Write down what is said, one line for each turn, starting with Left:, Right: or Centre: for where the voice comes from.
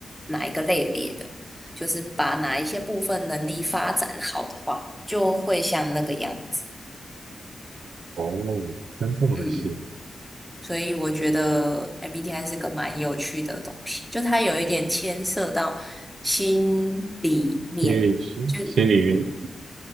Centre: 哪一个类别的，就是把哪一些部分能力发展好的话，就会像那个样子。
Right: 哦，真这么细，
Centre: 嗯，所以我觉得 MBTI 是个蛮有趣的东西，就它有一点牵涉到心里面，
Right: 心理学心理
Centre: 就。嗯。